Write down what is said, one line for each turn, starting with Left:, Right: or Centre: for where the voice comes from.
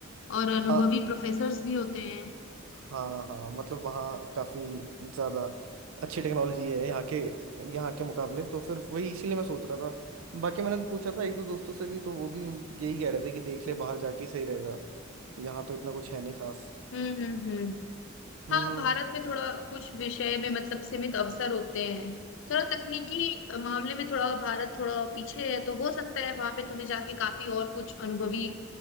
Left: और अनुभवी
Right: हाँ
Left: प्रोफेसर्स भी होते हैं
Right: हाँ हाँ मतलब वहाँ काफ़ी ज़्यादा अच्छी टेक्नोलॉजी है यहाँ के यहाँ के मुकाबले तो फिर वही इसीलिए मैं सोच रहा था बाकी मैंने तो पूछा था एक दो दोस्तों से भी तो वो भी यही कह रहे थे कि देख ले बाहर जाके ही सही रहेगा यहाँ तो इतना कुछ है नहीं खास
Left: हम्म हम्म हम्म
Right: हम्म
Left: हाँ भारत में थोड़ा कुछ विषय में मतलब सीमित अवसर होते हैं थोड़ा तकनीकी अ, मामले में थोड़ा भारत थोड़ा पीछे है तो हो सकता है वहां पे तुम्हें जाके काफी और कुछ अनुभवी